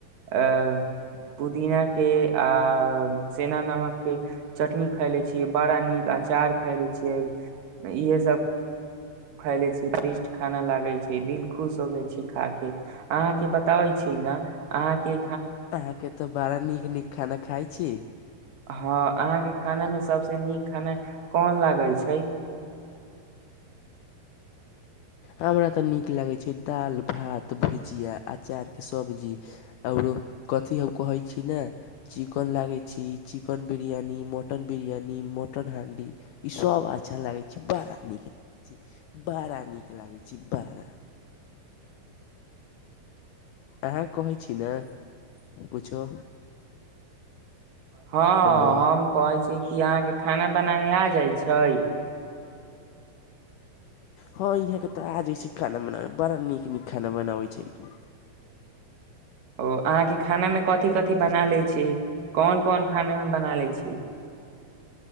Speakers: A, on the right; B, on the left.
A: ए पुदीना के आ सेना नमक के चटनी खायले छीियै बड़ा नीक आई। अचाार खयले छियै इहे सब। खायले छीय स्वादिष्ट खाना लागै छै दिल खुश होजाइ छैय खा के अहाँके बताबै छी न अहाँके।
B: अहाँके तऽ बड़ा नीक नीक खाना खाइ छी।
A: हँ अहाँके खानामे सभसँ नीक खाना कोन लागै छैय।
B: हमरा तऽ नीक लागैत छै दाल भात भुजिया अचार के सब्जी आओरो कथी हम कहैत छी ने चिकन लागैत छी chicken biryani mutton biryani mutton हांडी ईसभ अच्छा लागैत छैय बड़ा नीक लागैत छैय बड़ा नीक। नीक लगाई छैय बारा अहाँ कह छी नेइ कुछो।
A: हँ
B: हेलो
A: हम कहै छी कि यहाँके। खाना। बनाय आ जाइ छैय।
B: हँ इहाँके तऽ आ जाइ छै खाना बनाबैमे बड़ा नीक नीक खाना बनाबै छैय।
A: ओ अहाँके खाना मे कथि कथि
B: आबै छै
A: बना
B: खाना
A: लेइ
B: बनाबै
A: छियाई कोन कोन खाना मे बना लेइ छियाई।